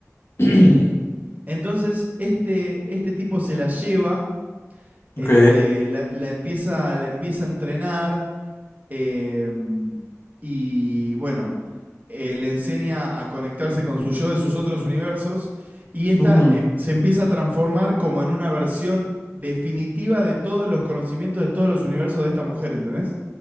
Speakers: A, on the left; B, on the right.
A: <clears throat>
B: Entonces, este, este tipo se la lleva, este,
A: Ok.
B: la, la empieza, la empieza a entrenar em, y bueno, eh, le enseña a conectarse con su yo de sus otros universos y esta
A: ujú.
B: em, se empieza a transformar como en una versión definitiva de todos los conocimientos de todos los universos de esta mujer, ¿entendés?